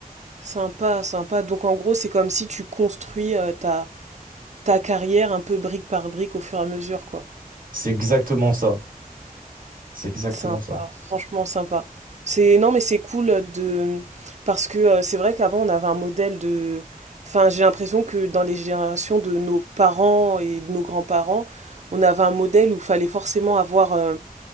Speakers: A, on the right; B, on the right.
A: Sympa, sympa. Donc en gros, c'est comme si tu construis euh, ta, ta carrière un peu brique par brique au fur et à mesure, quoi.
B: C'est exactement ça. C'est exactement
A: Sympa,
B: ça.
A: franchement sympa. C'est non mais c'est cool de parce que euh, c'est vrai qu'avant on avait un modèle de enfin j'ai l'impression que dans les générations de nos parents et de nos grands-parents, on avait un modèle où il fallait forcément avoir euh,